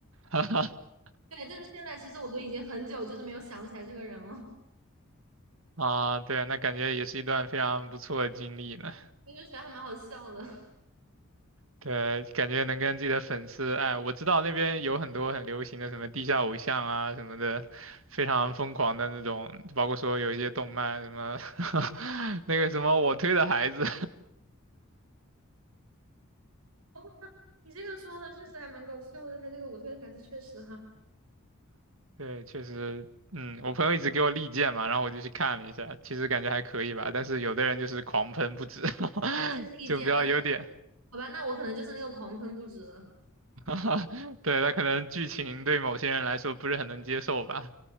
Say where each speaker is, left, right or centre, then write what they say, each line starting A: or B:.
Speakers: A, on the right; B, on the right.
A: <laughs>
B: 对，就是现在，其实我都已经很久就是没有想起来这个人了，
A: 啊，对，那感觉也是一段非常不错的经历呢。
B: <laughs> 因就觉得还蛮好笑的。<laughs>
A: 对，感觉能跟自己的粉丝，哎，我知道那边有很多很流行的什么地下偶像啊什么的，非常疯狂的那种，包括说有一些动漫什么，<laughs> 那个什么我推的孩子，
B: 包括他你这个说的确实还蛮搞笑的，他这个我推的孩子确实哈，
A: <laughs> 对，确实，嗯，我朋友一直给我力荐嘛，然后我就去看了一下，其实感觉还可以吧，但是有的人就是狂喷不止，
B: 但是利剑，
A: <laughs> 就比较有点，
B: 那好吧，那我可能就是那个狂喷不止了。
A: <laughs> 对，他可能剧情对某些人来说不是很能接受吧，